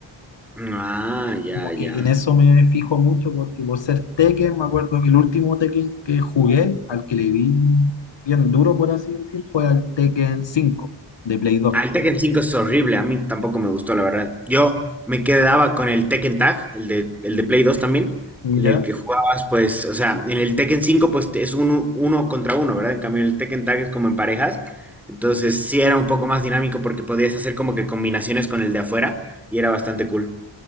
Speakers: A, in the centre; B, on the left.
A: Mm, Ah, ya,
B: Como
A: ya.
B: que en eso me fijo mucho porque por ser Tekken, me acuerdo que el último Tekken que jugué, al que le vi bien duro, por así decir, fue al Tekken cinco de Play 2.
A: Ah, el Tekken 5 es horrible, a mí tampoco me gustó, la verdad. Yo me quedaba con el Tekken Tag, el de, el de Play 2 también,
B: ¿Ya?
A: en el que jugabas, pues, o sea, en el Tekken 5, pues te- es uno, uno contra uno, ¿verdad? En cambio, en el Tekken Tag es como en parejas. Entonces, sí era un poco más dinámico porque podías hacer como que combinaciones con el de afuera y era bastante cool.